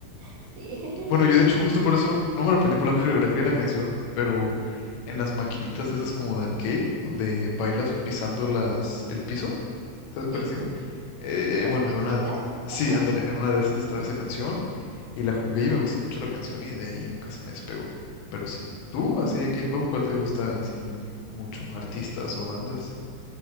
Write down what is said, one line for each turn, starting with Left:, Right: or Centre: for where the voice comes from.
Right: Sí, <laughs>
Left: Bueno, yo de hecho justo por eso no me lo aprendí por la <laughs> coreografía de la canción, pero en las maquinitas esas como de arcade, donde bailas pisando las, el piso. ¿Sabes cuál
Right: sí,
Left: es?
Right: sí.
Left: Eh,
Right: Las
Left: eh, bueno,
Right: flechitas.
Left: en una, sí,
Right: Ajá.
Left: ándale, en una de esas estaba esa canción y la jugué y me gustó mucho la canción y de ahí nunca se me despegó. Pero sí. ¿Tú,
Right: Mm,
Left: así de K-pop, cuál te gusta así mucho? ¿Artistas o bandas?